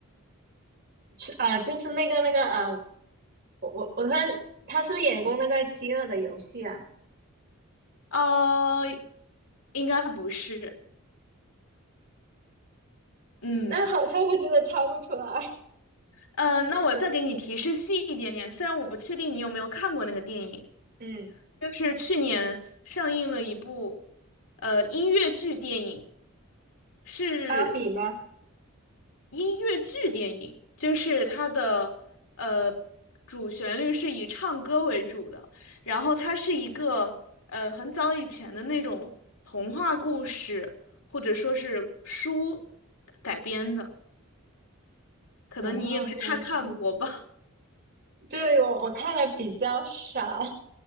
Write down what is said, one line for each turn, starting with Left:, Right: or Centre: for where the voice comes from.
Right: 是啊、呃就是那个那个啊、呃我我我突然，他是不是演过那个《饥饿的游戏》啊？
Left: 呃，应该不是。嗯，
Right: 那好像我真的猜不出来。
Left: 呃，那我再给你提示细一点点，虽然我不确定你有没有看过那个电影，
Right: 嗯，
Left: 就是去年上映了一部呃音乐剧电影，是。
Right: 芭比吗？
Left: 音乐剧电影，就是它的呃主旋律是以唱歌为主的，然后它是一个呃很早以前的那种童话故事或者说是书改编的，可能你也没太看过吧。
Right: 童话故事，对，我我看的比较少。